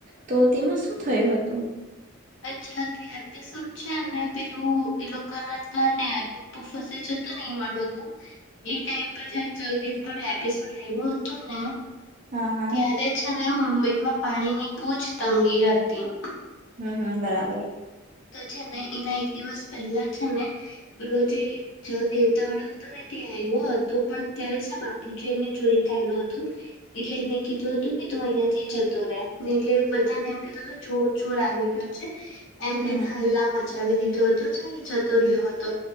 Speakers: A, on the right (about 35°); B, on the left (about 60°).
A: તો તેમાં શું થયું હતું.
B: <unintelligible> પુ ફસે છે તો નહ વાળો તું એ ટાઈમ પર જ જલ્દી પણ એપિસોડ આવ્યો હતોું ને
A: હા હા
B: ત્યારે અને મુંબઈમાં પાણીની બહુ જ તંગી હતી
A: હમ હમ બરાબર
B: તો છે ને એના એક દિવસ પહેલા છે નેે ર જેે જલ દેવતા વાળો હતો ત ત્યાં આવ્યો હતો પણ ત્યારે જ બાપુજી એને જોઈતા આવ્યો હતો. એટલે એને કીધું હતું કે તું અહિયાં થી જતો રે ને એટલે બધાને એમ કીધું હતું ચોર ચોર આવી ગયો <inaudible>
A: હમ
B: તેને
A: હમ
B: હલ્લા મચાવી દીધો હતો તો એ જતો રહ્યો હતો